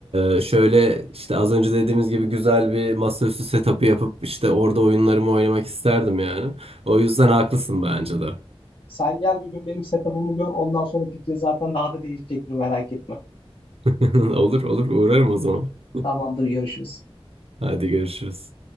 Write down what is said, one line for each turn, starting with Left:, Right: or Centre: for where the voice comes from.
Right: e, şöyle işte az önce dediğimiz gibi güzel bir masaüstü setup'ı yapıp işte orada oyunlarımı oynamak isterdim yani. O yüzden haklısın bence de.
Left: Sen gel bir gün benim setup'ımı gör. Ondan sonra fikrin zaten daha da değişecektir merak etme.
Right: <laughs> Olur olur uğrarım o zaman. <laughs>
Left: Tamamdır görüşürüz.
Right: Hadi görüşürüz.